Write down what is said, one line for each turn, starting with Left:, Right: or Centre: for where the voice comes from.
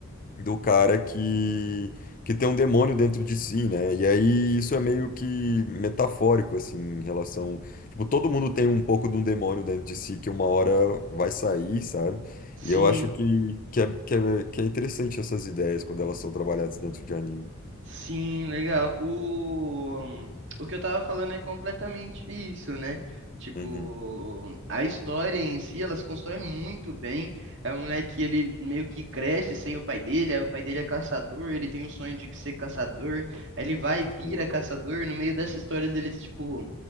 Left: do cara que que tem um demônio dentro de si, né? E aí isso é meio que metafórico assim em relação, tipo, todo mundo tem um pouco de um demônio dentro de si que uma hora vai sair, sabe?
Right: Sim,
Left: E eu acho que que é, que é, que é interessante essas ideias quando elas são trabalhadas dentro de anime.
Right: sim, legal. O, o que eu tava falando é completamente isso, né? Tipo,
Left: Uhum.
Right: a história em si, elas constroem muito bem. É um moleque, ele meio que cresce sem o pai dele, aí o pai dele é caçador, ele tem o sonho de ser caçador, aí ele vai e vira
Left: Sim.
Right: caçador. No meio dessas histórias, eles, tipo,